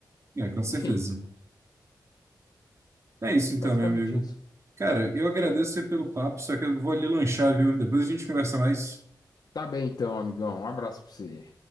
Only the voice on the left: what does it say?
Enfim,
é
basicamente
isso.
Tá bem então, amigão. Um abraço para você.